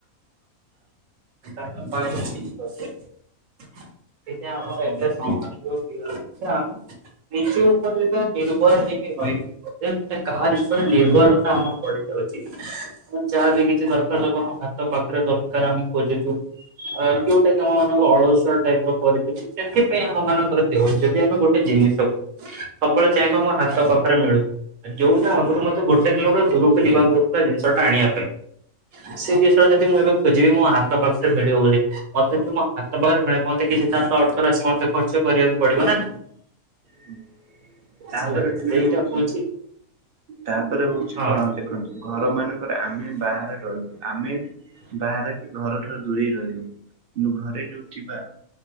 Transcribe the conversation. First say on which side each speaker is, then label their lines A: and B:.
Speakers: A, on the right; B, on the right.
A: <unintelligible> ସେଇଟା ଆମର ଏବେ ସମ୍ବଲପୁର ଥିଲା, ସେ କୃଷି ଉପରେ ଏକ ନିର୍ଭର <inaudible> କେ ରହେ ଏ ଗୋଟେ କାହା ବିଷୟରେ ନିର୍ଭରତା ଆମ ଉପରେ ରହିଛି, ଆଉ ଯାହା ବିି କିଛି ଦର କେତେବେଳେ କ'ଣ ହାତ ପାଖରେ ଦରକାର ଆମେ ଖୋଜୁଛୁ।
B: <unintelligible>
A: ଅ ଯୋଉଟା କି ଆମ ମାନଙ୍କ ଅଳସୁଆ ଟାଇପ ର କରିଦଉଛି, ସେଥିପାଇଁ ଆମ ମାନଙ୍କର ଦେହ ବି ଯଦି ଆମେ ଗୋଟେ ଜିନିଷ ସବୁ ସବୁବେଳେ ଚାହିଁବା ମୋ ହାତ ପାଖରେ ମିଳୁ। ଆଉ ଯୋଉଟା ଆଗରୁ ମତେ ଗୋଟେ କିଲୋରୁ ଦୂରକୁ ଯିବାକୁ ପଡୁଥିଲା ଜିନିଷଟା ଆଣିବା ପାଇଁ ଆସି <inaudible> ଯଦି ମୁଁ ଏବେ ଖୋଜିବି ମୋ ହାତ ପା ରେ ମିଳିବ ବୋଲି, ମତେ ବି ମୋ ହାତ ପାଖରେ ମିଳେ କୁହନ୍ତି କି ସେ ତାର ତ ଅର୍ଥ ରାଶି ମତେ ଖର୍ଚ୍ଚ କରିବାକୁ ପଡିବ ନା ନାହିଁ।
B: ହୁଁ, ତାପରେ
A: ହେଲା
B: ଦୁଇରେ
A: ସେଇଟା
B: ହଉଛି
A: କହୁଛି
B: ତାପରେ ହଉଛି
A: ହଁ
B: କଣ ଦେଖନ୍ତୁ ଘର ମାନଙ୍କରେ ଆମେ ବାହାରେ ରହିଲୁ, ଆମେ ବାହାର କି ଘରଠାରୁ ଦୂରେଇ ରହିଲୁ, କିନ୍ତୁ ଘରେ ଯୋଉଥିବା